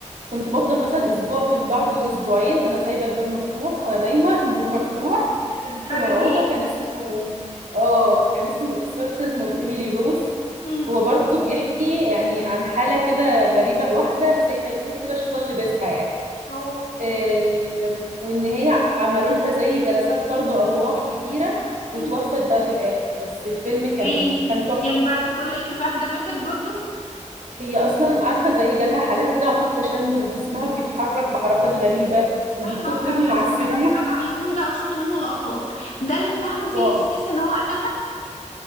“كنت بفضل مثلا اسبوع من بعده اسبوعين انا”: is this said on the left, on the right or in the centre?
Right